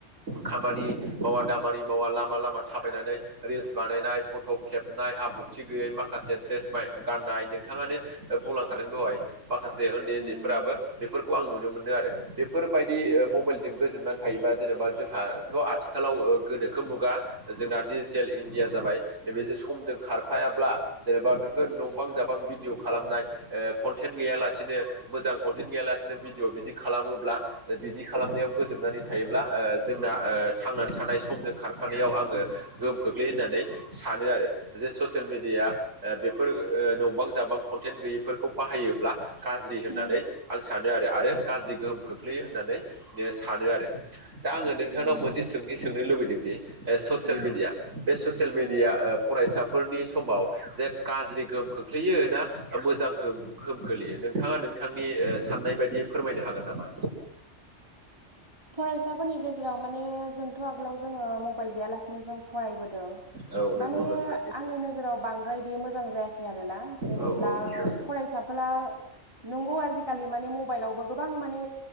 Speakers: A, on the right; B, on the right.
A: खामानि मावा दामानि मावा लामा लामा थाबायनानै रिल्स बानायनाय फट' खेबनाय आब्रुथि गैयै माखासे माखासे द्रेस गाननाय नोंथांआनो बुंलांखादों दहाय माखासे उन्दै उन्दैफोराबो
B: उम,
A: बे बेफोरखौ आं नुनो मोनदों आरो बेफोरबायदि ओ मबाइलजों गोजोननानै थायोबा जेनेबा जोंहाथ' आथिखालाव ओ गोनोखो मुगा जोंना डिजिटेल इण्डिया जाबाय नैबे जे समजों खारफायाब्ला जेनेबा बेफोर नंबां जाबां भिडिअ खालामनाय ओ कनटेन्ट गैयालासेनो मोजां कन्टेट गैया लासिनो भिडिअ' बिदि खालामोब्ला बिदि खालामनाआव गोजोमनानै थायोब्ला ओ जोंना ओ थांनानै थानाय समजों खारफानायाव आङो गोहोम खोख्लैयो होननानै सानो आरो जे ससियेल मेडिया दा बेफोर ओ नंबां जाबां कनटेन्ट गैयैफोरखौ बाहायोब्ला गाज्रि होननानै
B: उम,
A: आं सानो आरो आरो गाज्रि गोहोम खोख्लैयो होननानै ओ सानो आरो दा आङो नोंथांनाव
B: नंगौ
A: मोनसे
B: नोंथां।
A: सों थि सोंनो लुबैदोंदि ओ ससियेल
B: उम,
A: मेडियाया बे ससियेल मिडिआ
B: उम।
A: ओ फरायसाफोरनि समाव जे गाज्रि गोहोम खोख्लैयो ना मोजां गोहोम गोहोम खोलैयो नोंथांआ नोंथांनि ओ साननाय बायदियै फोरमायनो हागोन नामा?
B: फरायसाफोरनि गेजेराव माने जोंथ' आगोलाव जोङो मबाइल गैयालासिनो जों फरायबोदों।
A: औ नंगौ
B: माने
A: नोंथां सैथो
B: आंनि नोजोराव बांद्राय बे मोजां जायाखै आरोना जेनेब्ला
A: औ नंगौ
B: फरायसाफोरा ब्ला नोंगौ आजि खालि माने मबाइलयवबो गोबां गोबां माने